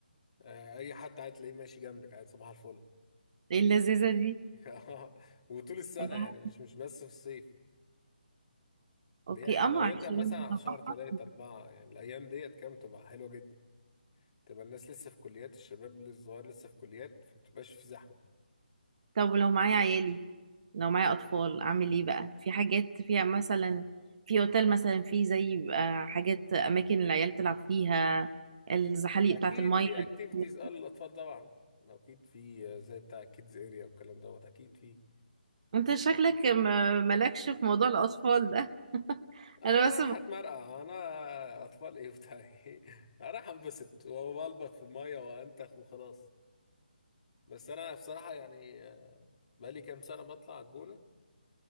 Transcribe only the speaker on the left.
آه اي حد عادي تلاقيه ماشي جنبك عادي صباح الفل
<laughs> آه، وطول السنه
يعني مش مش بس في الصيف دي
حلاوتها
مثلا على شهر
تلاتة أربعة يعني الأيام ديت كام تبقى حلوة جدا تبقى الناس لسه في كليات الشباب الصغير لسه في كليات ما تبقاش في زحمة
اكيد
في اكتيفيتيز
اه للاطفال طبعا اكيد في آه، زي بتاع كيدز اريا والكلام دوت اكيد في
انا
رايح
اتمرقع انا اطفال ايه بتاع ايه <laughs> انا رايح انبسط وبلبط في الميه وانتخ وخلاص بس انا بصراحه يعني آه، بقالي كام سنه بطلع على الجونه